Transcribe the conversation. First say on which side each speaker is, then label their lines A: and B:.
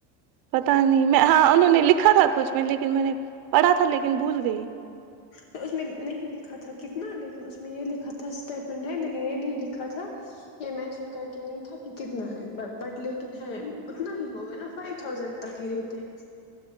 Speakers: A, on the right; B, on the left.
A: پتا نہیں میں ہاں انہوں نے لکھا تھا کچھ میں لیکن میں نے پڑھا تھا لیکن بھول گئی
B: تو اس میں نہیں لکھا تھا کتنا لیکن اس میں یہ لکھا تھا اسٹیٹمنٹ ہے لیکن یہ نہیں لکھا تھا یہ مینشن کر کے نہیں تھا کہ کتنا ہے بٹ لیکن ہے اتنا ہی ہوگا نا فائیو تھازینڈ تک ہی رہتے